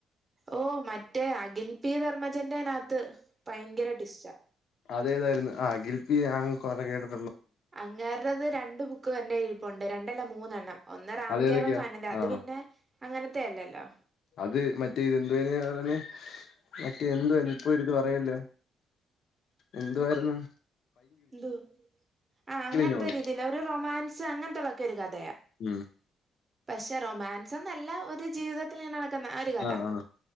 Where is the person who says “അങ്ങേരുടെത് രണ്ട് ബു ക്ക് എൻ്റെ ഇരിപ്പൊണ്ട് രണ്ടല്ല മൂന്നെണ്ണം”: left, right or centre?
Right